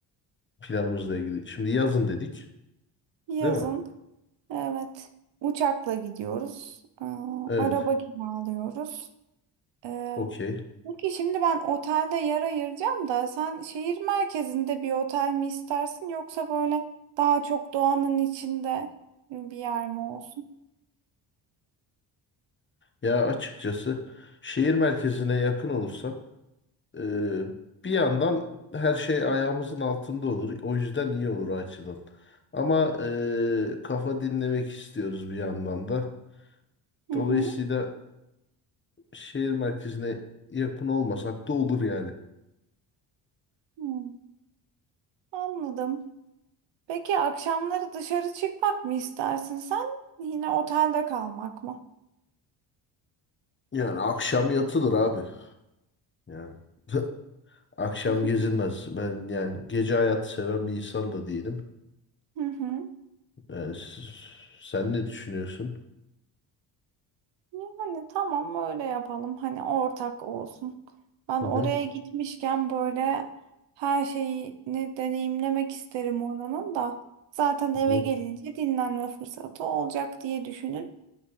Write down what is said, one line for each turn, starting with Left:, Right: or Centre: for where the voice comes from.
Left: planımızla ilgili? Şimdi yazın dedik,
Right: Yazın.
Left: değil mi?
Right: Evet. Uçakla gidiyoruz. Aa,
Left: Evet,
Right: araba kiralıyoruz. Ee,
Left: okey.
Right: Peki şimdi ben otelde yer ayıracağım da sen şehir merkezinde bir otel mi istersin yoksa böyle daha çok doğanın içinde bir yer mi olsun?
Left: Ya açıkçası şehir merkezine yakın olursa e, bir yandan her şey ayağımızın altında olur. O yüzden iyi olur o açıdan. Ama e, kafa dinlemek istiyoruz bir yandan da.
Right: Hı
Left: Dolayısıyla
Right: hı.
Left: şehir merkezine yakın olmasak da olur yani.
Right: Hı. Anladım. Peki akşamları dışarı çıkmak mı istersin sen? Yine otelde kalmak mı?
Left: Yani akşam yatılır abi. Yani <laughs> akşam
Right: <laughs>
Left: gezilmez. Ben yani gece hayatı seven bir insan da değilim.
Right: Hı hı.
Left: Yani siz- sen ne düşünüyorsun?
Right: Yani tamam öyle yapalım. Hani ortak olsun. Ben
Left: Hı
Right: oraya
Left: hı.
Right: gitmişken böyle her şeyini deneyimlemek isterim oranın da. Zaten
Left: Hı
Right: eve
Left: hı.
Right: gelince dinlenme fırsatı olacak diye düşünün.